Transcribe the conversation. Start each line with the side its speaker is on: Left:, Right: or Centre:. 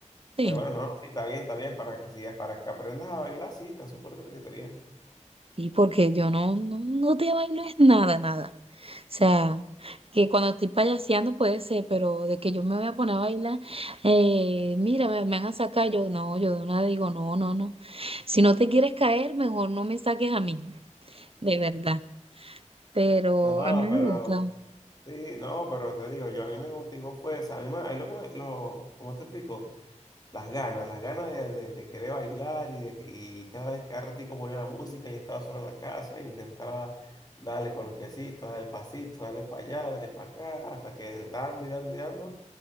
Right: Sí.
Left: Pero bueno, no, no, sí, está bien, está bien, para que sigas, para que aprendas a bailar, sí, está súper que está bien.
Right: Sí, porque yo no, no, no te bailo es nada, nada. O sea, que cuando estoy payaseando puede ser, pero de que yo me voy a poner a bailar, eh, mira, me, me van a sacar, yo no, yo de una digo, no, no, no. Si no te quieres caer, mejor no me saques a mí, de verdad. Pero
Left: No,
Right: a mí me
Left: pero.
Right: gusta.
Left: Sí, no, pero te digo, yo a mí me motivó fue esa, a mí me- a mí lo que me, lo, ¿cómo te explico? Las ganas, las ganas de, de- de querer bailar y, de, que- y cada vez que ratico ponía la música y estaba solo en la casa e intentaba darle con los piecitos, darle el pasito, darle para allá, darle para acá, hasta que dando y dando y dando,